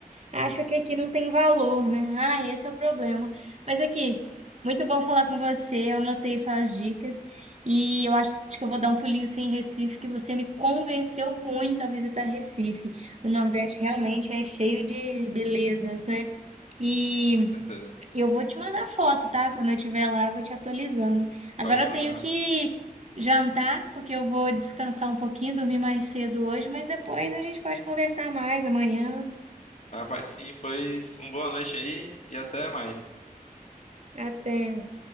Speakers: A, on the right; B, on the left.
A: Acho que aqui não tem valor, né? Ah, esse é o problema. Mas aqui, muito bom falar com você. Eu anotei suas dicas e eu acho que eu vou dar um pulinho sim em Recife, que você me convenceu muito a visitar Recife. O Nordeste realmente é cheio de belezas, né? E
B: Ah, com certeza.
A: E eu vou te mandar foto, tá? Quando eu estiver lá, eu vou te atualizando. Agora
B: Pode mandar.
A: eu tenho que jantar, porque eu vou descansar um pouquinho, dormir mais cedo hoje, mas depois a gente pode conversar mais amanhã.
B: Ah, pode sim, pois uma boa noite aí e até mais.
A: Até.